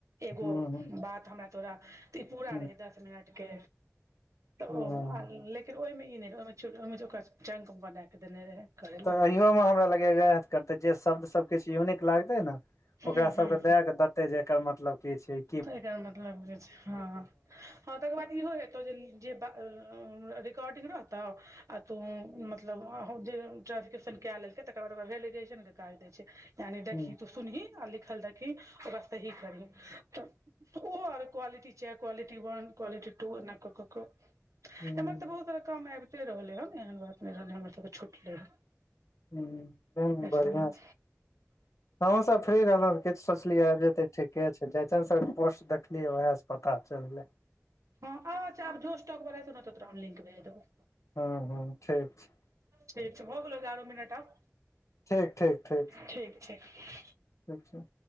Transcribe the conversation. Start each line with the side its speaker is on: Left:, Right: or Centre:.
Right: एगो
Left: हूँ हूँ
Right: बात हमरा तोरा ई पूरा
Left: हूँ
Right: रहै दस मिनट के तऽ ओ
Left: हूँ
Right: लेकिन ओहिमे ई नहि रह ओहि ओहिमे ओकरा चंक बनााक देने रहै। करै
Left: तऽ
Right: लए
Left: अहिमे हमरा लगै वएह करतै जे शब्दसभ किछु यूनिक लागतै ने
Right: हूँ
Left: ओकरा
Right: हूँ
Left: सब के दय के देतै जे एकर मतलब की छैय।
Right: त एकर मतलब हो छैय हँ हँ तकर बाद इहो हेत ज बा रर्डिंग रह आ तू मत ब ट्रंक्रिप्शन कए लेलकै तकर बाद वेलिडेशन के काज दै छैय यानि
Left: हँ
Right: देखही सुनीह आ लिखल देखखी ओकरा सही करही। त ओ आर क्वालिटी छै क्वालिटी वन क्वालिटी टू ए क क क
Left: हँ
Right: एम्हर तऽ बहुत तारहक काम आबिते रहलै हन एहन बात नहि रहलै हमर सभ तऽ छुटलै हन।
Left: ह
Right: एहि
Left: बढ़िआँ
Right: सबमे
Left: छै हमूँ सब फ्री रहलहुँ किछु सोचलियै आबि जेतै। ठीके छैय जाइ छन्द सर पोस्ट देखलियै उएहस पता चललै।
Right: हँ आ जोस टक बला ने तो त लिंक भेज देबौ।
Left: हू हू ठीक छैय।
Right: ठीक छैय भ गेल एगारह मिनट आब।
Left: ठीक ठीक ठीक।
Right: ठीक छैय।
Left: अच्छा